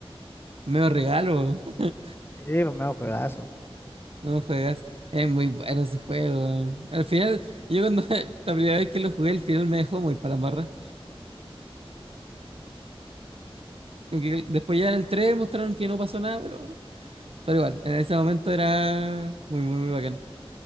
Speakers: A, on the right; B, on the left.
A: medio regalo. <laughs>
B: Sí, pues me juegazo.
A: No juegas. Es muy bueno ese juego. weón. Al final, yo cuando <laughs> la primera vez que lo jugué, el final me dejó muy para la barra. Como que Después ya en el 3 mostraron que no pasó nada, pero Pero igual, en ese momento era muy, muy, muy bacán.